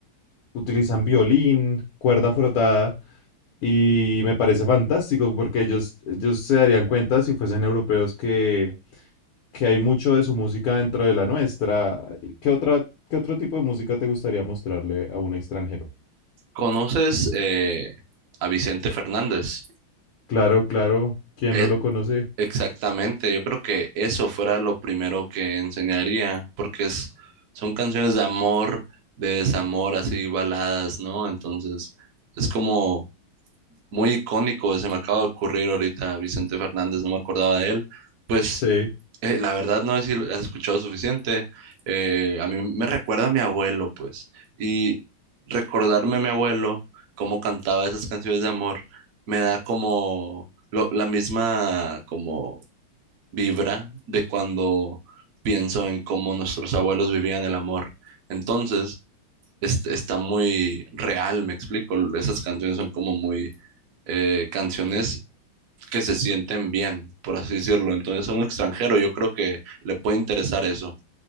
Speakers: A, on the left; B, on the right.
A: utilizan violín, cuerda frotada, y me parece fantástico porque ellos, ellos se darían cuenta si fuesen europeos que, que hay mucho de su música dentro de la nuestra. ¿Qué otra, qué otro tipo de música te gustaría mostrarle a un extranjero?
B: ¿Conoces eh, a Vicente Fernández?
A: Claro, claro. ¿Quién
B: E-
A: no lo conoce?
B: exactamente, yo creo que eso fuera lo primero que enseñaría, porque es, son canciones de amor, de desamor, así baladas, ¿no? Entonces, es como muy icónico, se me acaba de ocurrir ahorita Vicente Fernández, no me acordaba de él. Pues
A: Sí,
B: eh, la verdad no sé si lo has escuchado suficiente. eh, a mí me recuerda a mi abuelo, pues. Y recordarme a mi abuelo, cómo cantaba esas canciones de amor, me da como lo- la misma como vibra de cuando pienso en cómo nuestros abuelos vivían el amor. Entonces, es- está muy real, me explico. Esas canciones son como muy eh, canciones que se sienten bien, por así decirlo. Entonces a un extranjero yo creo que le puede interesar eso.